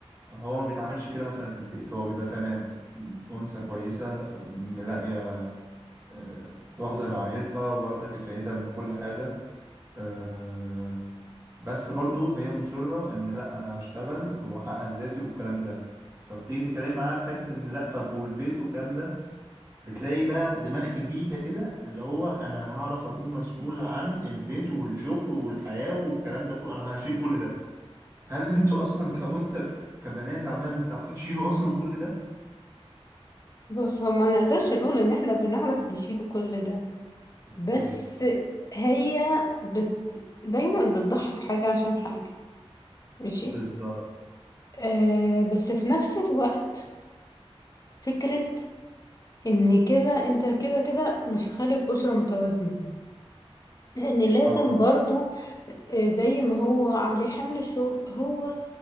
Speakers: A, on the right; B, on the left.
A: هو ما بيتعاملش كده مثلا في البيت هو بيبقى تمام أنثى كويسة ملاقية آه، واخدة رعايتها واخدة كفايتها من كل حاجة آه، بس برضو هي مصرة إن لأ أنا هشتغل وأحقق ذاتي والكلام ده فبتيجي تتكلم معاها في حتة إن لأ طب والبيت والكلام ده بتلاقي بقى دماغ جديدة كده اللي هو أنا هعرف أكون مسؤول عن البيت والشغل والحياة والكلام ده كله أنا هشيل كل ده هل <laughs> أنتوا أصلا كأنثى كبنات عمال بتعرفوا تشيلوا أصلا كل ده؟
B: بص هو ما نقدرش نقول ان احنا بنعرف نشيل كل ده
A: اوكي
B: بس هي بت... دايما بتضحي في حاجة عشان حاجة ماشي
A: بالظبط
B: آه بس في نفس الوقت فكرة ان كده انت كده كده مش خالق أسرة متوازنة لان لازم
A: اه
B: برضو آه، زي ما هو عليه حمل الشغل هو